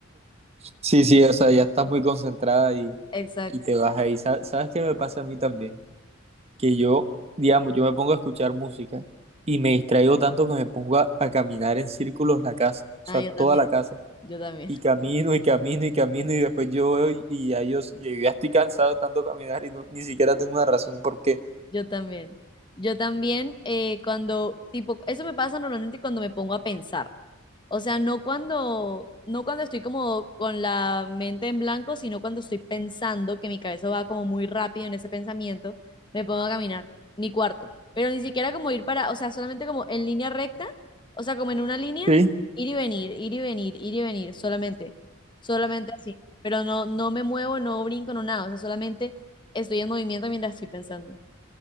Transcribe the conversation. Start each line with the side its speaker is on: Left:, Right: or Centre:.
Right: Sí, sí, o sea, ya estás muy concentrada y,
Left: Exacto.
Right: y te vas ahí. Sa- ¿Sabes qué me pasa a mí también? Que yo, digamos, yo me pongo a escuchar música y me distraigo tanto que me pongo a, a caminar en círculos la casa, o sea,
Left: Ah, yo
Right: toda
Left: también,
Right: la casa.
Left: yo también.
Right: Y camino y camino y camino y después yo veo y, y ya yo, yo ya estoy cansado de tanto caminar y no- ni siquiera tengo una razón por qué.
Left: Yo también. Yo también, eh, cuando, tipo, eso me pasa normalmente cuando me pongo a pensar. O sea, no cuando, no cuando estoy como con la mente en blanco, sino cuando estoy pensando que mi cabeza va como muy rápido en ese pensamiento, me pongo a caminar, mi cuarto. Pero ni siquiera como ir para, o sea, solamente como en línea recta, o sea, como en una línea,
Right: Sí,
Left: ir y venir, ir y venir, ir y venir, solamente, solamente así. Pero no, no me muevo, no brinco, no nada, o sea, solamente estoy en movimiento mientras estoy pensando.